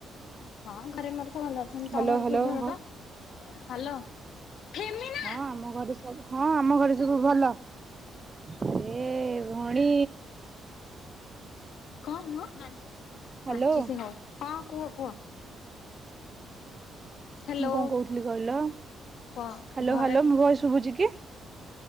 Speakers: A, on the left (about 75°); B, on the right (about 30°).
A: ହଁ ଘରେ ମର ଭଲ ଅଛନ୍ତି
B: ହ୍ୟାଲୋ
A: ତମ ଘର
B: ହ୍ୟାଲୋ
A: ସବୁ ଭଲ
B: ହଁ
A: ତ ହ୍ୟାଲୋ ଫେମିନା
B: ହଁ ଆମ ଘରେ ସବୁ ହଁ ଆମ ଘରେ ସବୁ ଭଲ ଆରେ ଭଉଣୀ
A: କଣି ହଉ
B: ହ୍ୟାଲୋ
A: ହଁ କୁହ କୁହ ହ୍ୟାଲୋ।
B: ମୁଁ କଣ କହୁଥିଲି କହିଲ ହ୍ୟାଲୋ
A: କହ ଘରେ
B: ହଲ ମୁଁ ଶୁଭୁଛି କି